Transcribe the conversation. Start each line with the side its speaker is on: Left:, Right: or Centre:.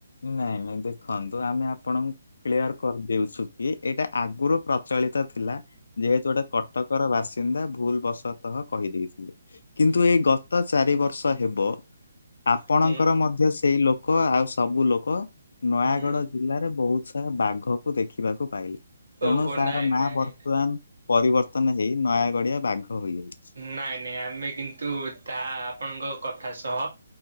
Left: ନାଇଁ, ନାଇଁ, ଦେଖନ୍ତୁ, ଆମେ ଆପଣ କ୍ଲିୟର କରିଦେଉଛୁ କି, ଏଇଟା ଆଗରୁ ପ୍ରଚଳିତ ଥିଲା। ଯେହେତୁ ଗୋଟେ କଟକର ବାସିନ୍ଦା ଭୁଲବଶତଃ କହିଦେଇଥିଲେ। କିନ୍ତୁ, ଏଇ ଗତ ଚାରି ବର୍ଷ ହେବ। ଆପଣଙ୍କର
Right: ହୁଁ
Left: ମଧ୍ୟ ସେଇ ଲୋକ ଆଉ ସବୁ ଲୋକ ନୟାଗଡ
Right: ହୁଁ
Left: ଜିଲ୍ଲାରେ ବହୁତ ସମୟ ବାଘକୁ ଦେଖିବାକୁ ପାଇଲେ। ତେଣୁ,
Right: ଓହୋ
Left: ତାର
Right: ନାଇଁ
Left: ନାଁ
Right: ନାଇଁ।
Left: ବର୍ତ୍ତମାନ ପରିବର୍ତ୍ତନ ହେଇ ନୟାଗଡିଆ ବାଘ ହୋଇଯାଇଛି।
Right: ନାଇଁ ନାଇଁ ଆମେ, କିନ୍ତୁ, ତାହା ଆପଣଙ୍କ କଥା ସହ